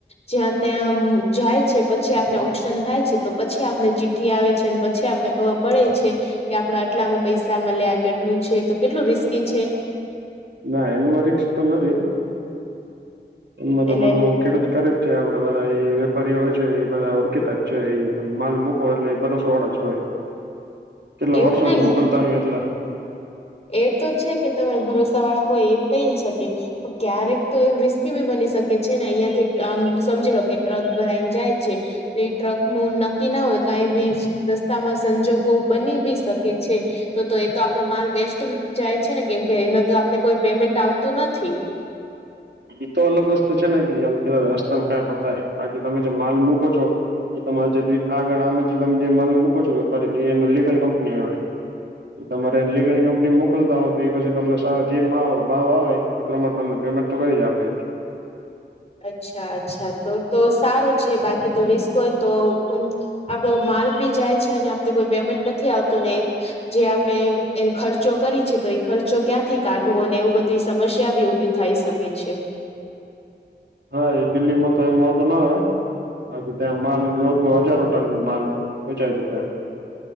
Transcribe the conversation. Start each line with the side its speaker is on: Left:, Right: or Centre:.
Left: જ્યાં ત્યાં આમ જાય છે, પછી આપને ઓપ્શન થાય છે. તો પછી આપને ચિઠ્ઠી આવે છે, પછી આપને ખબર પડે છે. કે આપડા આટલામાં પૈસા મળ્યા કે, આટલું છે, તો કેટલું રિસ્કી છે.
Right: ના એનામાં રિકક્ષ તો નથી, એમાં
Left: એટલે
Right: તો બધું ખેડૂત કરે છે, આપડે બધા વેપારીઓ હોય છે, એ બધા ઓળખતા જ છે, એ માલ મુક એટલે એ ભરોસો વાળા છ હોય, કેટલા
Left: એવું
Right: વર્ષોથી
Left: નહી
Right: મોકલતા એટલે.
Left: એ તો છે કે, તમે ભરોસા વાળા હોય, એવું કહી શકી, ક્યારેક તો એવું રિસ્ બી બની શકે છે ને, અહિયાં થી આમ સમજી લો, કે ટ્રક ભરાઈને જાય છે. એ ટ્રક નું નક્કી ના હોય, કંઈ બી. રસ્તામાં સંજોગો બની ભી શકે છે, તો તો એ તો આપડો માલ વેસ્ટ જાય છે ને, કેમ કે એના તો આપને કોઈ પેમેન્ટ આવતું નથી.
Right: એઈ તો અલગ વસ્તુ છે ને, કે આમ કે રસ્તામાં કયા પણ થાય, બાકી તમે જે માલ મૂકો છો. એ તમા આગળ આમાં તમે જે માલ ને મૂકો છો, વેપારી ની એ લીગલ કંપની જોડે. તમારે લીગલ કંપની મોકલતા હોય, તો એ પછી તમને સાર જે ભાવ આવે એ પ્રમાણે તમને. પેમેન્ટ તો કરી જ આપે.
Left: અચ્છા, અચ્છા, તો તો સારું છે. બાકી તો રિસ્ક હોય તો. આપડો માલ બી જાય છે, અને આપને કોઈ પેમેન્ટ નથી આવતું ને. જે આપે એ ખર્ચો કરી છે, તો એ ખર્ચો ક્યાંથી કાઢવો ને, એવું બધી સમસ્યા બી ઉભી. થાય શકે છે.
Right: હા, એ દિલ્હીમાં તો એમ વાંધો ના આવે. બાકી ત્યાં માલ રોજ નો હજારો ટન માલ વેચાય છે, ત્યાં.